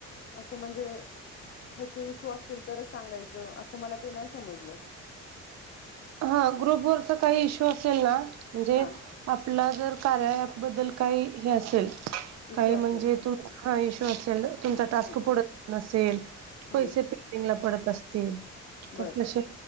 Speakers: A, on the left; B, on the right.
A: असं म्हणजे ह्याचे इश्यू असतील तरच सांगायचं असं मला ते नाही समजलं.
B: हा ग्रुप वरच काही इश्यू असेल ना म्हणजे
A: हा
B: आपला जर कार्या अँप बद्दल काही हे असेल
A: इश्यू
B: काही
A: असेल
B: म्हणजे तू हा इश्यू असेल तुमचा टास्क
A: हम्म
B: पुढत नसेल, पैसे
A: हम्म
B: पेंडिंगला पडत असतील
A: बर
B: तर तसे